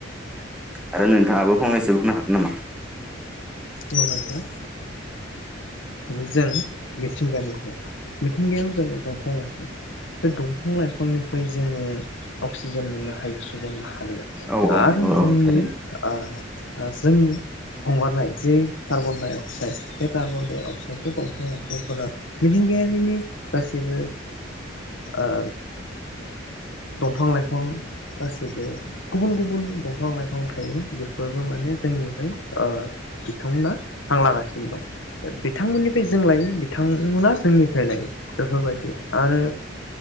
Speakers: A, in the centre; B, on the left.
A: आरो नोंथाङाबो फंनैसो बुंनो हागोन नामा
B: ओ नोंथां ओ जों मिथिंगानिफ्राय मिथिंगायाव जोंङो दंफां लाइफां बे दंफां लाइफांनिफ्राय जोङो अक्सिजेन मोननो हायो सुबुं मा हारिया
A: औ औ
B: आरो
A: नंगौ
B: जोंनि
A: औ थारैनो औ
B: ओ ओ जोंनि हंगारनाय जि कार्बन डाइ अक्साइड बे कार्बन डाइ अक्साइडखौ दंफां लाइफांफोरा मिथिंगायारिनि गासैबो ओ दंफां लाइफां गासिबो गुबुन गुबुन दंफां लाइफां थायोना बेफोरबो माने जोंनि बै ओ बिथांमोना हांलागासिनो दं बिथांमोननि जों लायो बिथांमोना जोंनिफ्राय लायो बेफोरबायदि आरो